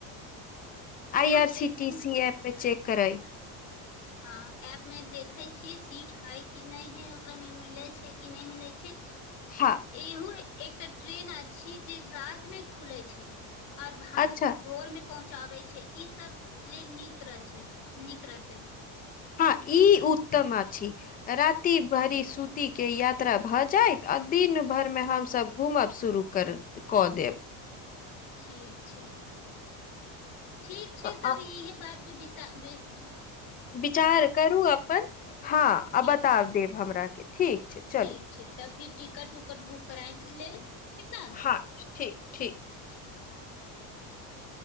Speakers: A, on the left; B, on the left.
A: आई
B: हम
A: आर सी
B: एक
A: टी सी ऐप पर चेक करै
B: हँ एपमे देखै छियै सीट हइ कि नहि हइ ओकरामे मिलै छै कि नहि मिलै छै
A: हाँ
B: एहो एकटा ट्रेन अ छी जे रात मे खुलै छै आओर भा
A: अच्छा
B: भोरमे पहुँचाबै छै ई सब लेल नीक रह छै नीक रहतै
A: हँ ई उत्तम आ छी राति भरी सूती के यात्रा भऽ जायइत आ दिन भरि मे हमसभ घुमब शुरू कर कऽ देब
B: ठीक छै ठीक छै
A: अ-
B: तब
A: अ-
B: इहे बात के विसा विस
A: विचार करू अपन हँ आ
B: ठीक
A: बता
B: छै
A: देब हमरा के ठीक छै चलू
B: ठीक छै तऽ फीर तिकट उकट बुक करै छी लेल ठीक ने
A: हाँ ठीक ठीक
B: ठीक छै